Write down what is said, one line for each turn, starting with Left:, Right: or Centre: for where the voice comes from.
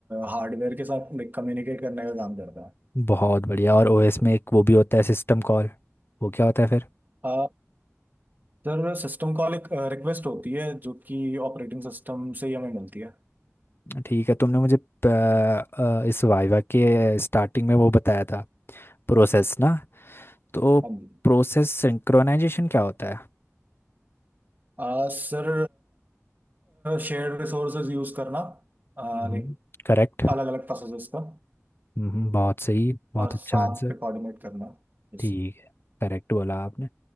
Right: हार्डवेयर के साथ लाइक कम्युनिकेट करने का काम करता है
Left: बहुत बढ़िया और ओएस में एक वो भी होता है सिस्टम कॉल वो क्या होता है फिर
Right: अ, सर सिस्टम कॉल एक रिक्वेस्ट होती है जो कि ऑपरेटिंग सिस्टम से ही हमें मिलती है
Left: ठीक है तुमने मुझे प- अ, इस वाइवा के स्टार्टिंग में वो बताया था प्रोसेस ना तो
Right: हाँ जी
Left: प्रोसेस सिंक्रोनाइजेशन क्या होता है
Right: आ, सर शेयर्ड रिसोर्सेज यूज करना लाइक
Left: हम्म। करेक्ट
Right: अलग अलग प्रोसेसेस का
Left: हम्म बहुत सही बहुत
Right: और
Left: अच्छा
Right: साथ
Left: आंसर
Right: पे कोऑर्डिनेट करना यस
Left: ठीक है करेक्ट बोला आपने